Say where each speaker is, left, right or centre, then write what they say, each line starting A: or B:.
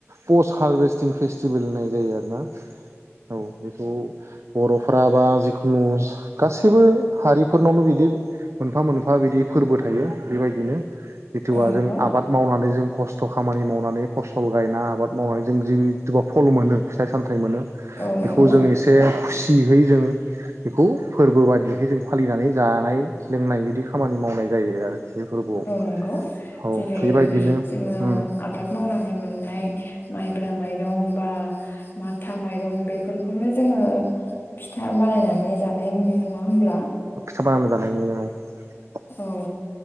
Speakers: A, on the right; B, on the left.
A: पस्ट हार्भेस्टिं फेस्टिभेल होननाय जायो आरोना। औ बेखौ बर'फ्रा बा जिखुनु गासैबो हारिफोरनावनो बिदि मोनफा मोनफा बिदि फोरबो थायो बेबायदिनो। जिथुबा
B: औ नंगौ
A: जों आबाद मावनानै जों खस्थ' खामानि मावनानै फसल गायना आबाद मावनाय जों जिहेथुबा फल मोनो फिथाइ साम थाय मोनो
B: औ नंगौ
A: बेखौ जों एसे खुसिहै जोङो बेखौ फोरबो बादिहै जों फालिनानै जानाय लोंनाय बिदि खामानि खामानि मावनाय जायो आरो। बे फोरबोआव
B: औ नंगौ
A: औ
B: जेरै
A: बेबायदिनो
B: जोङो
A: उम
B: आबाद मावनानै मोननाय माइब्रा माइरं बा माथा माइरं बेफोरखौनो जोङो फिथा बानायनानै जा नाय नुयो नङा होब्ला।
A: साबानो जानायाय <unintelligible>
B: औ